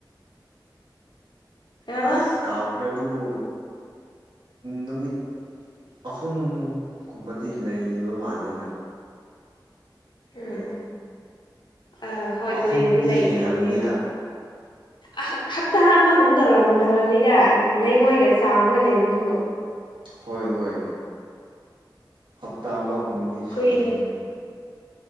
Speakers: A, on the left; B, on the right.
A: ꯀꯩ ꯍꯥꯏꯕ
B: ꯑꯁ ꯀꯥꯎꯈ꯭ꯔꯦ ꯑꯗꯨꯕꯨ ꯅꯨꯃꯤꯠ ꯑꯍꯨꯝꯒꯨꯝꯕꯗꯤ ꯂꯩꯕ ꯃꯥꯜꯂꯤꯅ
A: ꯎꯝ ꯑ ꯍꯣꯏ
B: ꯑꯍꯨꯝꯗꯤ
A: ꯀꯣꯏꯏꯔꯗꯤ ꯂꯩꯇꯕꯅꯦꯕ
B: ꯍꯦꯜꯂꯝꯅꯤꯗ
A: ꯑ ꯍꯞꯇꯥ ꯑꯃꯒꯨꯝ ꯇꯧ ꯇꯧꯔꯝꯅꯤꯗ ꯂꯩꯉꯣꯏꯒ ꯆꯥꯃꯒ ꯂꯩꯕꯗꯨꯕꯨ
B: ꯍꯣꯏ ꯍꯣꯏ ꯍꯞꯇꯥ ꯑꯃꯒꯨꯝꯗꯤ
A: ꯀꯨꯏꯅ
B: ꯁꯨꯝꯅꯤ ꯍꯣꯏ